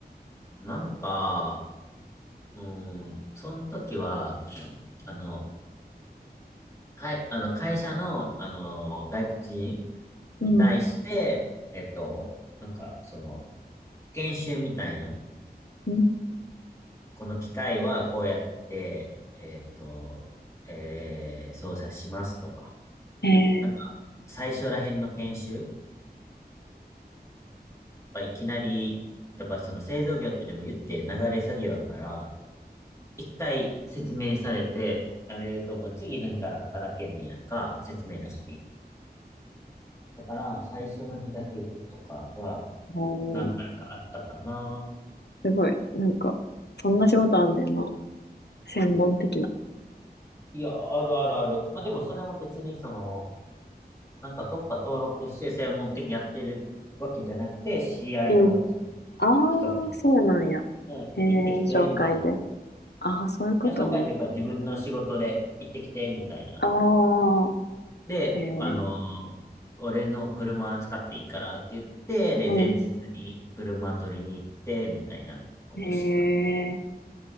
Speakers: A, on the left; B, on the left.
A: なんか、うん、その時は、あの、会、あの、会社の、あの、外国人
B: うん、
A: に対して、えっと、なんか、その、研修みたいな、
B: うん。
A: この機械はこうやって、えっと、えー操作しますとか、
B: え
A: なんか、最初ら辺の研修はいきなり、やっぱその製造業ってでも言って流れ作業だから、一回説明されて、されるともう次の日から働けんねやんか、説明なしに。だから、最初の日だけ行くとかは、
B: ー、お
A: 何回かあったかな。
B: すごい。なんか、そんな仕事あんねんな。専門的な。
A: いや、あるあるある。まあ、でもそれも別にその、なんかどっか登録して専門的にやってるわけじゃなくて、知り合いのその
B: うん。ああ、
A: 人か
B: そうなんや。
A: ら、うん、
B: へえ、
A: 行ってきて、
B: 紹介で。
A: みたいな。い
B: ああ、そういうことね。
A: や、紹介というか自分の仕事で行ってきて、みたいな。
B: ああ、
A: で、
B: へえ、
A: あの、俺の車使っていいからって言って、で、
B: うん。
A: 前日に車取りに行って、みたいなことしてた。
B: へえ、